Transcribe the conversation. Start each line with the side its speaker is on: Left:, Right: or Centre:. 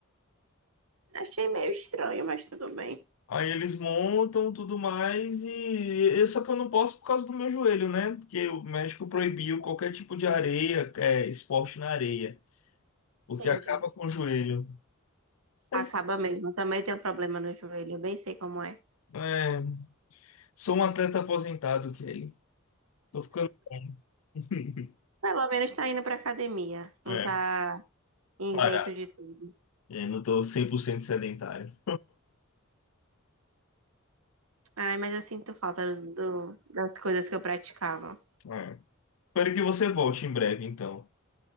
Right: Achei meio estranho, mas tudo bem.
Left: Aí eles montam tudo mais e eu só que eu não posso por causa do meu joelho, né? Porque o México proibiu qualquer tipo de areia, é, esporte na areia, porque
Right: Entendi.
Left: acaba com o joelho. Mas,
Right: Acaba mesmo. Também tem um problema no joelho, eu bem sei como é.
Left: é, sou um atleta aposentado, Kelly. Tô ficando <laughs>
Right: Pelo menos tá indo pra academia. Não
Left: é,
Right: tá isento
Left: parado.
Right: de tudo.
Left: É, não tô 100% sedentário.
Right: Ai, mas eu sinto falta do, do- das coisas que eu praticava.
Left: É. Espero que você volte em breve, então.